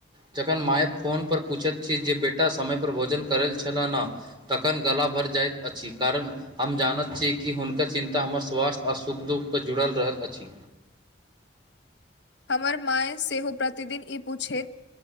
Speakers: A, on the right; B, on the left.
A: जखन माय फोन पर पूछैत छी जे बेटा समय पर भोजन करल छलह ह तखन गला भर जाइत अछि कारण हम जानत छी कि हुनका चिन्ता हमर स्वास्थ्य आ सुख दुःख के जुड़ल रह अछि
B: हमर माय सेहो प्रतिदिन ई पूछैत